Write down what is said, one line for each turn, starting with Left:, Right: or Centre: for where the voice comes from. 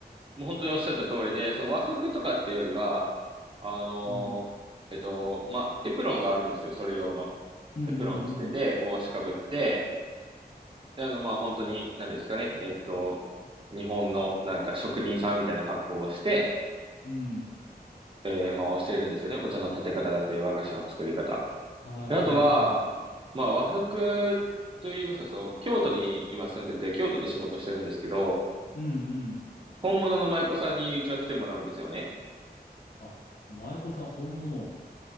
Right: もう本当におっしゃった通りで、そう、和服とかってよりは、あのえっと、
Left: うん。うん
Right: まあ、エプロンがあるんですよ、それ用の。
Left: うん
Right: エプロンつけて、帽子かぶって、であの、まあ、本当に、何ですかね、えっと、日本のなんか職人さんみたいな格好をして、
Left: うん。うん。
Right: えーまあ、教えるんですよね。お茶の立て方だっいう和菓子の作り方。
Left: はいはいはい。
Right: であとは、まあ、和服と言いますか、そう、京都に今住んでて、京都で仕事してるんですけど、
Left: うんうん。
Right: 本物の舞妓さんにうちは来てもらうんですよね。
Left: あ、舞妓さん本物。